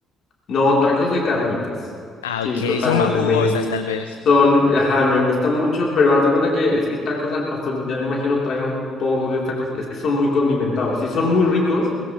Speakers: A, on the left; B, on the left.
A: No, tacos de carnitas.
B: Ah,
A: Sí,
B: ok,
A: totalmente.
B: son más jugosas
A: Me
B: tal vez.
A: son, ajá, me gustan mucho, pero haz de cuenta que es que tacos al pastor, ya me imagino tragan todos los días tacos, es que son muy condimentados, sí son muy ricos,